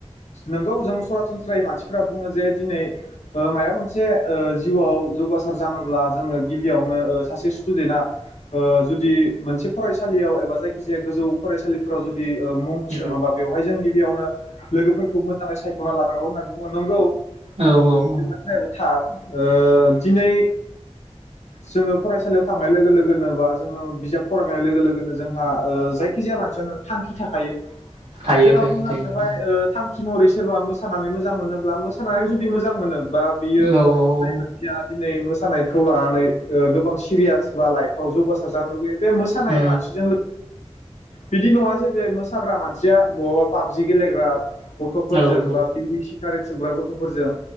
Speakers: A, on the left; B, on the right.
A: नोंगौ जों सरासनस्रायै मानसिफोरा बुङो जे दिनै ओ मायबा मोनसे जिउआव जौगासार जानोब्ला जोङो गिबियावनो ओ सासे स्टुडेन्टआ ओ जुदि मोनसे फरायसालियाव एबा जायखिजाया गोजौ फरायसालिफोराव जुद दि मुं थिसनोबा
B: औ
A: बेवहाय जों गिबियावनो लोगोफोरखौ मो होननानै सायखना लानांगौ होननानै बुङो नोंगौ।
B: औ
A: नोंथांनि
B: औ
A: बाथ्रायाबोथार ओ दिनै जोङो फरायसालियाव थांनाय लोगो लोगोनो बा जोङो बिजाब फरायनाय लोगो लोगोनो जोंहा ओ जायखिजाया मानसियानो थांखि थाखायो।
B: थायो
A: जेराव
B: थायो
A: जोंहा
B: थायो
A: बेवहाय
B: नोंथां
A: ओ थांखि महरै सोरबा मोसानानै मोजां मोनो ब्ला मोसानानै जुदि मोजां मोनो बा बियो
B: औ औ
A: बै मानसिया दिनै मोसा सानायखौ लानानै ओ गोबां सिरियास बा लाइफाव जौगासार जानो लुबैयो बे मोसानाय
B: उम
A: मानसिजों बिदि नङा जे बे मोसाग्रा मानसिया बहाबा पाबजि गेलेग्रा गथफोरजों
B: उम औ
A: बा बिनि सि गारेट सोबग्रा गथफोरजों